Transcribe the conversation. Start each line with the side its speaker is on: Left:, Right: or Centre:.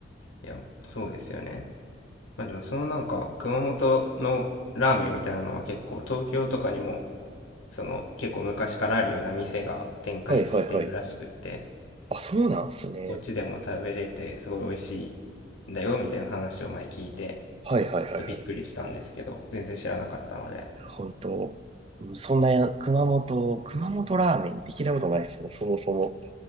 Left: いや、そうですよね。まあでもそのなんか熊本のラーメンみたいなのは結構東京とかにもその結構昔からあるような店が展開してるらしくって
Right: はいはいはい。あ、そうなんですね。
Left: こっちでも食べれてすごい美味しいんだよみたいな話を前聞いて
Right: はいはいはいはい。
Left: ちょっとびっくりしたんですけど全然知らなかったので
Right: 本当、うんそんなや、熊本、熊本ラーメンって聞いたことないですもん、そもそも。